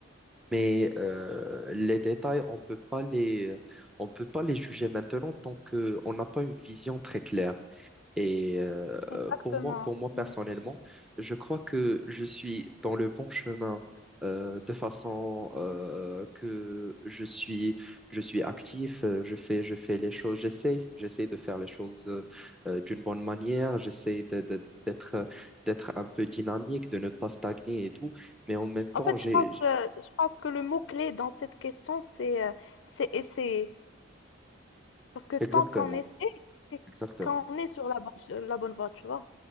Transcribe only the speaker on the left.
exactement.
ouais.
En fait,
je pense, euh, je pense que le mot-clé dans cette question, c'est euh, c'est essayer. Parce que tant
qu'on essaie, c'est
qu'on est sur la bonne, la bonne voie, tu vois.